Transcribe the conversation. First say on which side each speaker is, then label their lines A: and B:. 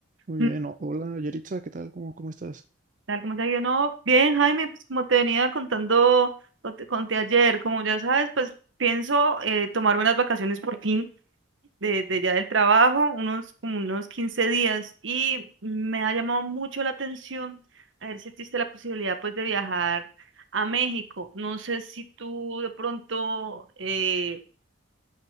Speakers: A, on the right; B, on the right.
A: Muy
B: Mm,
A: bien, o- hola Yeritza, ¿qué tal? ¿Cómo, cómo estás?
B: Tal como te digo, no, bien, Jaime, pues como te venía contando, o te conté ayer, como ya sabes, pues pienso eh, tomarme unas vacaciones por fin de, de ya del trabajo, unos como unos 15 días, y me ha llamado mucho la atención a ver si existe la posibilidad pues de viajar a México. No sé si tú de pronto eh,